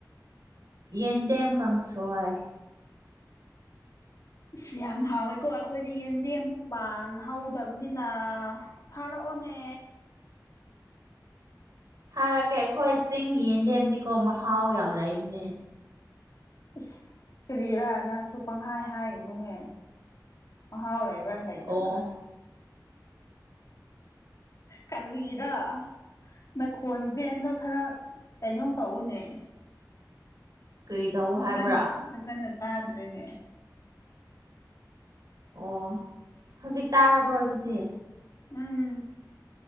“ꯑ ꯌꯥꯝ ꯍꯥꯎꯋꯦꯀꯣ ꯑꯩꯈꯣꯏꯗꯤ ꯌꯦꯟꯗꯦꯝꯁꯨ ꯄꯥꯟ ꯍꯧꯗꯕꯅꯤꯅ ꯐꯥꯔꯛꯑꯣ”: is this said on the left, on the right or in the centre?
Left